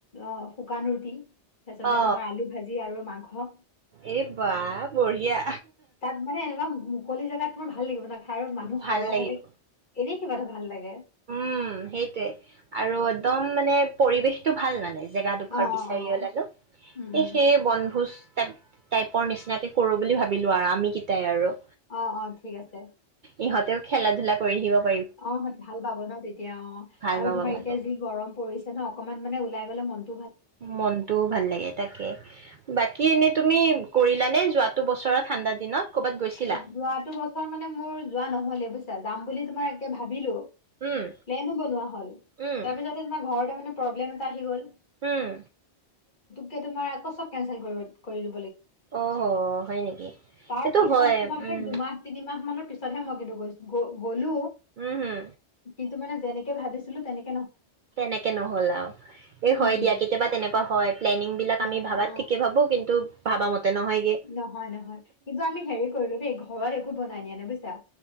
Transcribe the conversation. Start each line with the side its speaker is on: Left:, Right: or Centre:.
Left: অ শুকানূৰ্তি তাৰ পাছতে
Right: অ
Left: তোমাৰ আলু ভাজি আৰু মাংস হা
Right: এই বা বঢ়িয়া
Left: তাত মানে এনেকুৱা মুকলি জেগাত মোৰ ভাল লাগিব না তাৰ মানুহ
Right: ভাল
Left: সৰহ
Right: লাগিব
Left: হলে এৰি খুব এটা ভাল লাগে
Right: উম সেইটোৱে আৰু একদম মানে পৰিৱেশটো ভাল মানে জেগাডোখৰ
Left: অ
Right: বিচাৰি
Left: অ অ
Right: ওলালো
Left: উম উম
Right: এ সেইয়ে বনভোজ তাই টাইপৰ নিচিনাকে কৰোঁ বুলি ভাবিলো আৰু আমি কেইটাই আৰু
Left: অ অ ঠিক আছে
Right: ইহঁতেও খেলা ধূলা কৰি <unintelligible>
Left: অ ভাল পাব ন তেতিয়া তিয়া অ,
Right: ভাল
Left: আৰু
Right: পাব
Left: তোমাৰ
Right: ভাল
Left: এতিয়া
Right: পাব
Left: যি গৰম পৰিছে নে, অকনমান মানে ওলাই গ'লে মন্ত
Right: মনটোও ভাল লাগে, তাকে বাকী এনেই তুমি কৰিলানে যোৱাটো বছৰ ঠাণ্ডা দিনত কৰ'বাত গৈছিলা?
Left: যোৱাটো বছৰ মানে মোৰ যোৱা নহলে বুইছা? যাম বুলি তোমাৰ একে ভাবিলোঁ
Right: উম,
Left: প্লেনো বনোৱা হ'ল তাৰ
Right: উম,
Left: পিছতে তোমাৰ ঘৰ ত মানে প্ৰব্লেম এটা আহি গ'ল
Right: উম
Left: কে তোমাৰ আকৌ চব কেঞ্চেল কৰি কৰি দি
Right: অ' হ, হয় নেকি?
Left: তাৰ
Right: এইটো
Left: পিছত
Right: হয়
Left: তোমাৰ
Right: উম,
Left: সেই দুমাহ তিনিম মাহ মানৰ পিছতহে মই কিন্তু গৈছ গ'লো
Right: উম, হম,
Left: কিন্তু মানে যেনেক ভাবিছিলো তেনেক
Right: তেনেকে নহ'ল, আৰু এই
Left: উম
Right: হয়, দিয়া কেতিয়াবা তেনেকুৱা হয়, প্লেনিং বিলাক
Left: হয়
Right: আমি ভাবাত
Left: অ
Right: ঠিকে ভাবো কিন্তু ভাব মতে নহয়গে।
Left: নহয়, নহয় কিন্তু আমি হেৰি কৰিলো দেই ঘৰত একো বনাই নিয়া নাই বুইছা